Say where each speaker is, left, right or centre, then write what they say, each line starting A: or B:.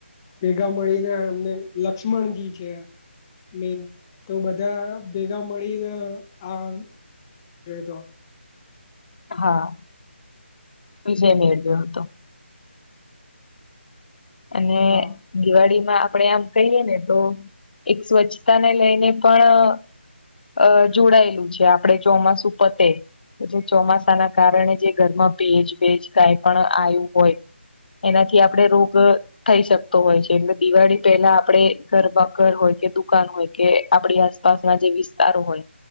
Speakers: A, on the left (about 20°); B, on the left (about 45°).
A: ભેગા મળીને એમને લક્ષ્મણજી છે. મેન તો બધા ભેગા મળીને આ એ તો.
B: હા. વિજય મેળયો હતો. અને
A: હા
B: દિવાળીમાં આપડણે આમ કહીએ ને તો એક સ્વચ્છતાને લઈને પણ અ જોડાયેલું છે, આપડે ચોમાસું પતે-' જે ચોમાસા ના કારણે જે ઘરમાં ભેજ ભેજ કઈ પણ આવયું હોય એનાથી આપણે રોગ થઈ શકતો હોય છે. એટલે દિવાળી પેલા આપડે ઘરબા ઘર હોય કે દુકાન હોય ક આપડી આસપાસના જે વિસ્તારો હોય